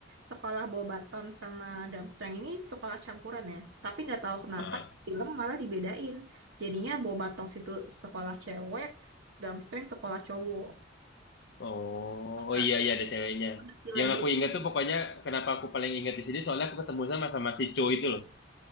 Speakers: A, on the right; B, on the left.
A: sekolah Bobaton sama Durmstrang ini sekolah campuran ya. Tapi nggak tahu kenapa
B: Heeh.
A: di film malah dibedain. Jadinya Bobaton itu sekolah cewek, Durmstrang sekolah cowok.
B: Oh,
A: Agak
B: oh iya iya ada ceweknya.
A: itu detail
B: Yang
A: yang
B: aku
A: beda.
B: ingat tuh pokoknya kenapa aku paling ingat di sini soalnya aku ketemu sama sama si Cho itu loh.